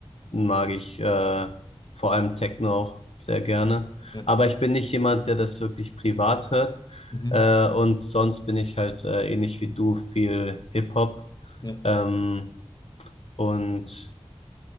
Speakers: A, on the left; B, on the left.
A: mag ich äh, vor allem Techno auch sehr gerne.
B: Ja,
A: Aber ich bin nicht jemand, der das wirklich privat hört.
B: mhm,
A: Äh, und sonst bin ich halt äh, ähnlich wie du viel Hip-Hop.
B: ja,
A: Ähm, und